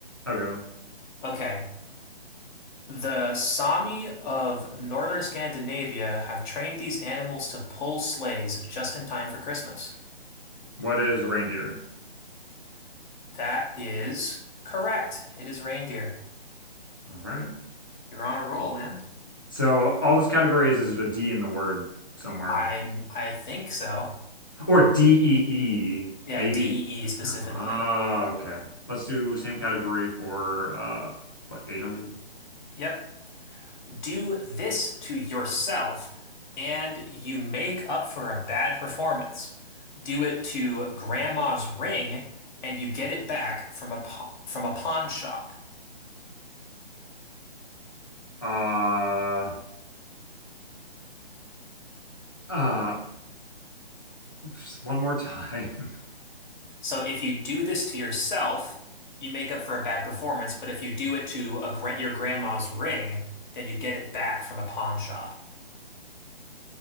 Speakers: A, on the left; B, on the left.
A: Okay.
B: Okay. The Sami of northern Scandinavia have trained these animals to pull sleighs just in time for Christmas.
A: What is reindeer?
B: That is correct. It is reindeer.
A: All right.
B: You're on a roll, man.
A: So all this category is is a D in the word somewhere.
B: I'm, I think so.
A: Or DEE,
B: Yeah,
A: maybe.
B: DEE specifically.
A: Ah, okay. Let's do same category for uh what 800?
B: Yep. Do this to yourself and you make up for a bad performance. Do it to grandma's ring and you get it back from a, pa- from a pawn shop.
A: Uh uh just one more time. <laughs>
B: So if you do this to yourself, you make up for a bad performance, but if you do it to a gra- your grandma's ring, then you get it back from a pawn shop.